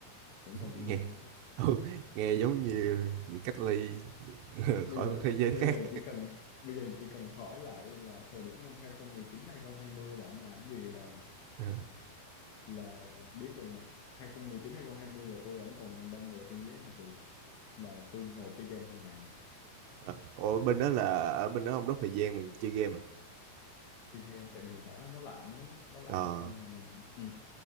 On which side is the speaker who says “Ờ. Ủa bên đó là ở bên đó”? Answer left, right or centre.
Right